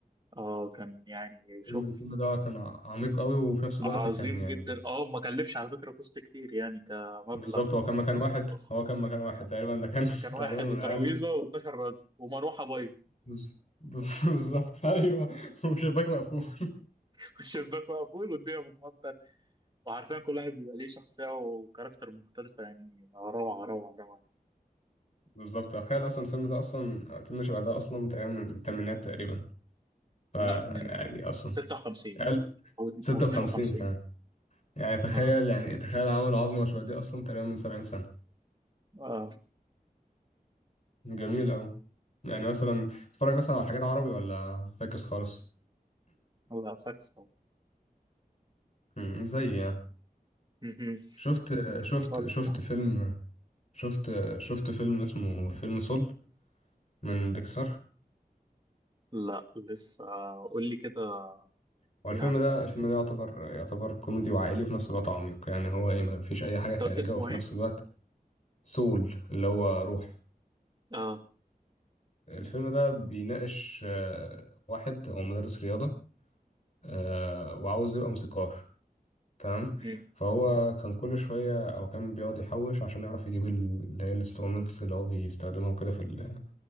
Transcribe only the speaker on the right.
اه كان يعني شوف
عظيم
جدا اه ما كلفش على فكرة كوست كتير يعني كمبلغ
وإخراج
كان واحد
وترابيزة
و12 راجل ومروحة بايظة
<laughs> والشباك مقفول والدنيا بتمطر وعارفين كل واحد بيبقى ليه شخصية وكاركتر مختلفة يعني روعة روعة روعة يعني.
لا من
56
أو اتن-
أو 52
آه
آه
لا فاكس طبعا
مهم.
فاكس
خالص
كمان
لا لسه آه، قول لي كده
نعم
أنت قلت اسمه
إيه؟
آه
مم.